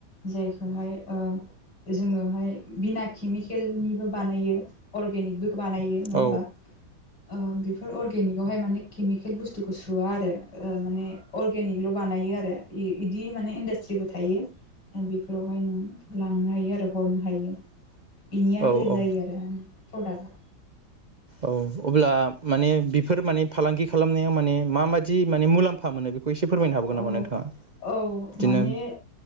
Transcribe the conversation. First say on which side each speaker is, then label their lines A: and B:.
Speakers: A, on the left; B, on the right.
A: जाय खौहाय ओ जोङोहाय बिना केमिकेलनिबो बानायो अरगेनिकबो बानायो नङा होमबा?
B: औ
A: ओ बेफोर अरगेनिक आवहाय माने केमिकेल बुस्थुखौ सोआ आरो ओ माने अरगेनिकल' बानायो आरो इदि माने इन्डास्ट्रिबो थायो बेफोरावहाय नों लांनो हायो आरो हरनो हायो बिनिया
B: औ
A: बेलेग
B: औ
A: जायो आरो प्रडाक्टआ
B: औ अब्ला माने बेफोर माने फालांगि खालामनायाव माने माबायदि माने मुलाम्फा मोनो बेखौ एसे फोरमायनो हाबावगोन
A: औ
B: नामा नोंथाङा
A: औ
B: बिदिनो
A: माने